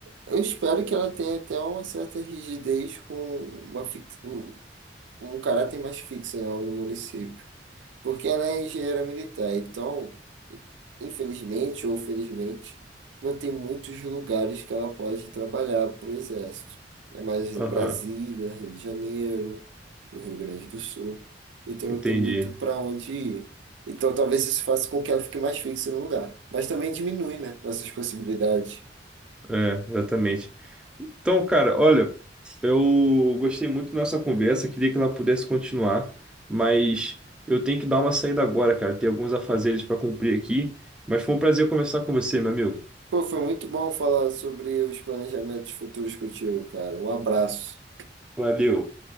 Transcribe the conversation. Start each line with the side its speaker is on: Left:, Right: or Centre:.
Right: eu espero que ela tenha até uma certa rigidez com uma fix- um, um caráter mais fixo, né, no município, porque ela é engenheira militar, então, infelizmente ou felizmente, não tem muitos lugares que ela pode trabalhar para o Exército. É mais
Centre: Aham,
Right: em Brasília, Rio de Janeiro no Rio Grande do Sul. Então não
Centre: entendi.
Right: tem muito para onde ir. Então talvez isso faça com que ela fique mais fixa no lugar. Mas também diminui, né, nossas possibilidades.
Centre: É, exatamente. Então, cara, olha, eu gostei muito da nossa conversa, queria que ela pudesse continuar, mas eu tenho que dar uma saída agora, cara. Tem alguns afazeres para cumprir aqui, mas foi um prazer conversar com você, meu amigo.
Right: Pô, foi muito bom falar sobre os planejamentos futuros contigo, cara. Um abraço.
Centre: Valeu.